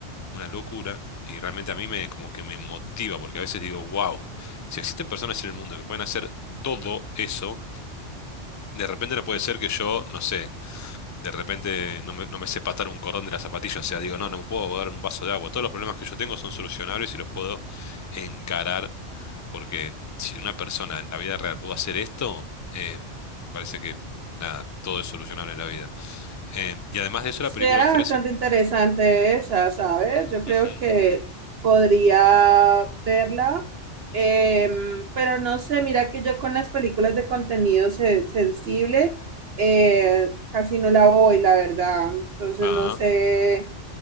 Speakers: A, on the left; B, on the right.
A: una locura, y realmente a mí me, como que me motiva, porque a veces digo, wow, si existen personas en el mundo que pueden hacer todo eso, de repente no puede ser que yo, no sé, de repente no me, no me sé patar un cordón de la zapatilla, o sea, digo, no, no me puedo ahogar en un vaso de agua. Todos los problemas que yo tengo son solucionables y los puedo encarar, porque si una persona en la vida real pudo hacer esto, eh, parece que nada, todo es solucionable en la vida. Eh, y además de eso,
B: Será
A: la película ofrece.
B: bastante interesante esa, ¿sabes? Yo creo
A: Ujú.
B: que podría verla, em, pero no sé, mira que yo con las películas de contenido se- sensible eh, casi no la voy, la verdad. Entonces
A: Ah,
B: no sé